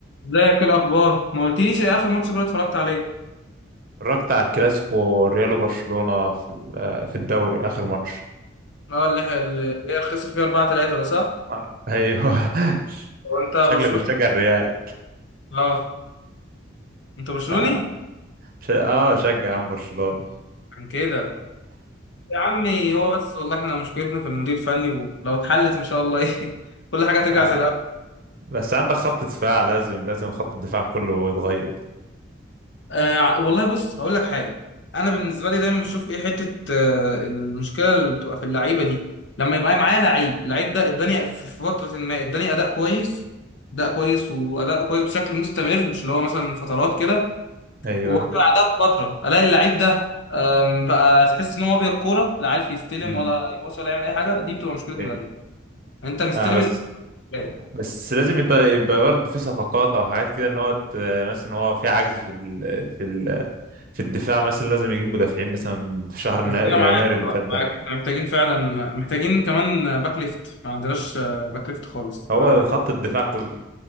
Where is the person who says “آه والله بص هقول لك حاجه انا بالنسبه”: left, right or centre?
Left